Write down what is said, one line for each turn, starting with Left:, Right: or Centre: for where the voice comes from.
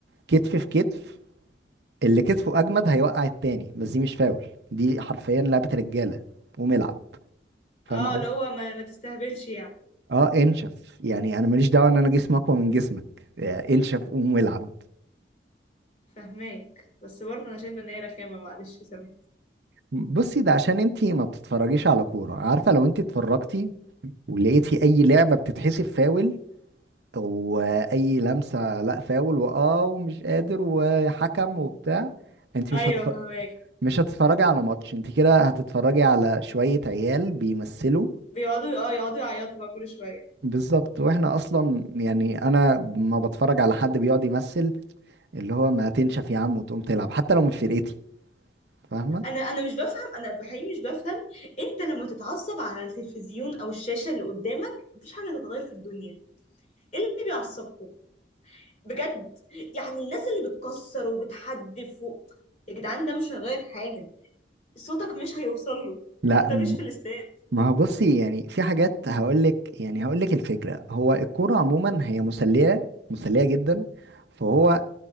Right: كتف في كتف اللي كتفه اجمد هيوقع التاني بس دي مش فاول دي حرفيا لعبة رجالة قوم العب فاهم
Left: اه
Right: قصدي
Left: اللي هو ما, ما تستهبلش يعني
Right: اه انشف يعني انا ماليش دعوة ان انا جسمي اقوى من جسمك آه، انشف قوم العب
Left: فهماك بس برضو انا شايفة ان هي رخامة معلش سامحني
Right: بصي ده عشان انتي ما بتتفرجيش على كورة عارفة لو انتي اتفرجتي ولقيتي اي لعبة بتتحسب فاول واي لمسة لا فاول واه ومش قادر وحكم وبتاع انتي
Left: ايوه
Right: مش هتف...
Left: فهماك
Right: مش هتتفرجي على ماتش انتي كده هتتفرجي على شوية عيال بيمثلوا
Left: بيقعدوا اه يقعدوا يعيطوا بقى كل شوية
Right: بالظبط واحنا اصلا يعني انا ما بتفرج على حد بيقعد يمثل اللي هو ما تنشف يا عم وتقوم تلعب حتى لو مش فرقتي فاهمه
Left: انا انا مش بفهم انا بحقيقي مش بفهم انت لما تتعصب على التلفزيون او الشاشة اللي قدامك مفيش حاجة تتغير في الدنيا ايه اللي بيعصبكم بجد يعني الناس اللي بتكسر وبتحدف و... يا جدعان ده مش هيغير حاجة صوتك مش هيوصل له
Right: لا
Left: انت
Right: م-
Left: مش في الاستاد
Right: ما هو بصي يعني في حاجات هقولك يعني هقولك الفكره هو الكوره عموما هي مسليه مسليه جدا فهو